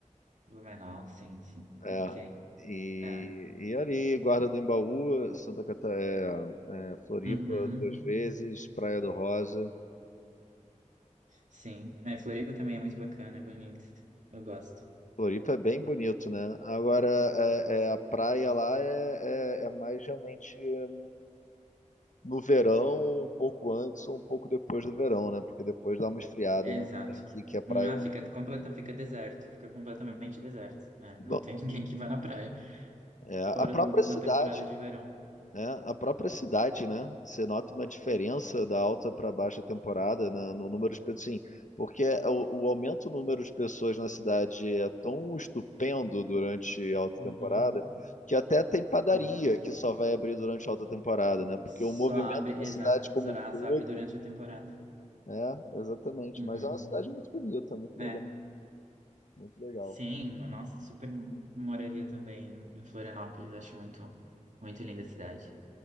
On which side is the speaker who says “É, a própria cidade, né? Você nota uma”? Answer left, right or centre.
Left